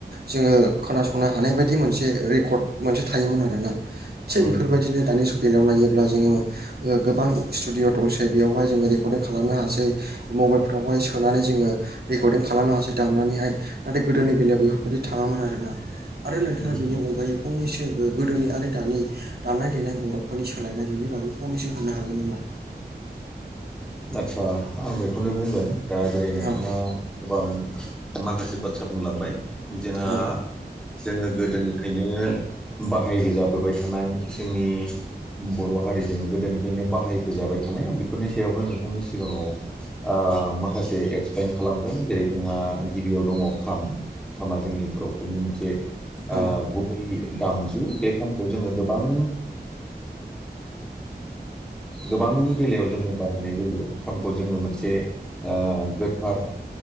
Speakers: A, on the right; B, in the centre.
A: जोङो खोनासंनो हानाय बायदि मोनसे रेकर्ड मोनसे थायोमोन आरोना। थिग
B: उम
A: बेफोर बायदिनो दानि बेलायाव नायोब्ला जोङो ओ गोबां स्टुडिअ दंसै बेयावहाय जोङो रेकर्डिं खालामनो हासै। मबाइलफ्रावहाय सोनानै जोङो रेकर्डिं खालामनो हासै दामनानैहाय नाथाय गोदोनि बेलायाव बेफोर बेफोर बायदि थाङामोन आरोना आरो नोंथाङा
B: उम
A: बेनि अनगायै फंनैसो ओ गोदोनि आरो दानि दामनाय देनाय बर'फोरनि सोलायनाय बेनि बागै फंनैसो होनो हागोन नामा?
B: आच्चा आं बेखौनो बुंगोन दा जेरै नोंथाङा
A: औ
B: गोबां माखासे बाथ्रा बुंलांबाय जोंहा
A: औ
B: जोङो गोदोनिफ्रायनो बाहायबोजाबोबाय थानाय जोंनि बर' हारिजों गोदोनिफ्रायनो बाहायबोजाबाय थानाय बेफोरनि सायावनो नोंथांनि सिगांङाव माखासे एक्सपेेन खालामगोन जेरै जोंहा गिबियाव दंङो खाम खामा जोंनि बर'फोरनि मोनसे
A: औ
B: गुबै दामजु बे खानखौ जोंङो गोबां गोबांनि बेलायाव जोंङो बाहायनाय फानखौ जोंङो मोनसे गोथार